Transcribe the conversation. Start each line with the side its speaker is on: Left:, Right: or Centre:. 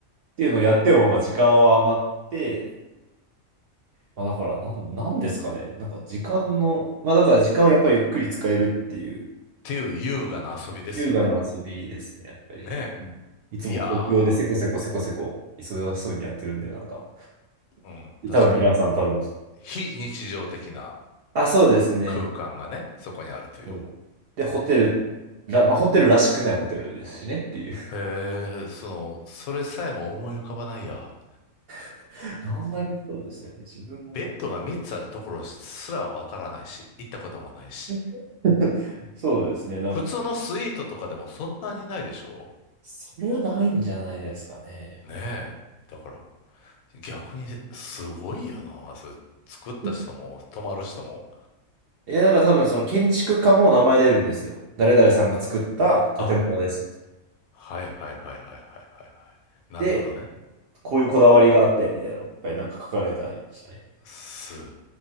Right: っていうのをやっても、まあ、時間は余って、まあ、だから、なん、なんですかね。なんか、時間の、まあ、だから、時間をやっぱりゆっくり使えるっていう、
Left: ていう優雅な遊びですよね。
Right: 優雅な遊びですね、やっぱり。
Left: ね
Right: いつも東京でせこせこせこせこ忙しそうにやってるんで、
Left: え。いや
Right: なんか、
Left: ー、うん、確かに、
Right: 多分皆さん多分、
Left: 非日常的な
Right: あ、そうですね。
Left: 空間がね、そこにあるという。
Right: そうで、ホテルら、まあ、ホテルらしくないホテルですしねっていう。
Left: へえ、その、それさえも思い浮かばないや。
Right: <laughs> あんまりそうですよね。で自分も
Left: ベッドが3つあるところすらわからないし、行ったこともないし。
Right: <laughs>、そうですね。なんか、
Left: 普通のスイートとかでもそんなにないでしょ
Right: それはないんじゃないですかね。やっぱ
Left: ねえ。だから、逆にすごいよな。それ作った人も、
Right: り。
Left: 泊まる人も。
Right: え、だから多分その建築家も名前出るんですよ。誰々さんが作った建物です。
Left: あ、はいはいはいはいはいはいはい。なるほどね。
Right: で、こういうこだわりがあって、みたいなのがいっぱいなんか書かれてありましたね。
Left: すごい。